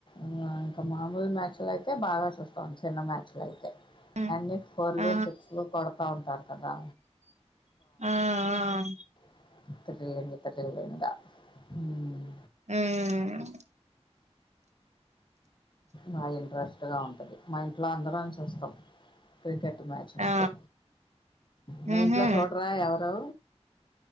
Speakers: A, on the left; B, on the right.
A: ఇంగ ఇంకా మామూలు మ్యాచ్లు అయితే బాగా చూస్తాం చిన్న మ్యాచ్ లు అయితే
B: ఆ
A: అన్ని ఫోర్లు
B: ఆ
A: సిక్స్లూ కొడతా ఉంటారు కదా
B: ఆ ఆ
A: <unintelligible> తగిలిందా హుమ్
B: హుమ్
A: బాగా ఇంట్రెస్ట్ గా ఉంటది మా ఇంట్లో అందరం చూస్తాం క్రికెట్ మ్యాచ్ వస్తే
B: ఆ
A: మీ
B: మ్మ్
A: ఇంట్లో
B: హు
A: చూడరా ఎవరు